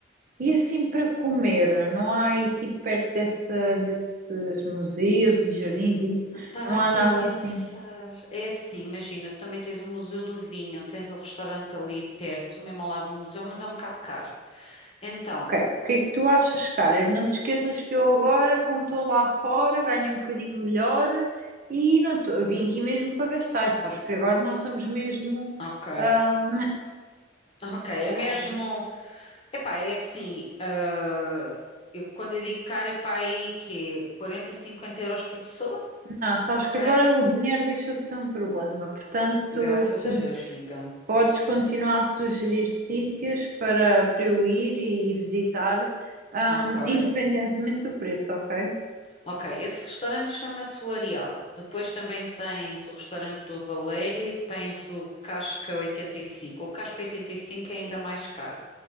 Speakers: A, on the right; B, on the left.
A: e assim para comer, não há aí tipo perto dessa, desses museus e jardins, e isso,
B: Estava
A: não
B: aqui
A: há nada
B: a pensar,
A: assim.
B: é assim, imagina, tu também tens o Museu do Vinho, tens o restaurante ali perto, mesmo ao lado do museu, mas é um bocado caro. Então,
A: Ok, o que é que tu achas, cara? Não te esqueças que eu agora, como estou lá fora, ganho um bocadinho melhor e não tô- vim aqui mesmo para gastar, sabes que agora nós estamos mesmo
B: ok,
A: ah,
B: ok, é
A: Sei
B: mesmo,
A: lá.
B: epá, é assim, ah, eu, quando eu digo caro, epá, aí que 40, 50 euros por pessoa?
A: Não, sabes
B: Ok,
A: que agora o dinheiro deixou de ser um problema, portanto,
B: graças
A: suge-
B: a Deus, amiga,
A: podes continuar a sugerir sítios para, para eu ir e, visitar, ahm,
B: ok.
A: independentemente do preço, ok?
B: Ok, esse restaurante chama-se o Areal. Depois também tens o restaurante do Valério e tens o Casca 85. O Casca 85 é ainda mais caro.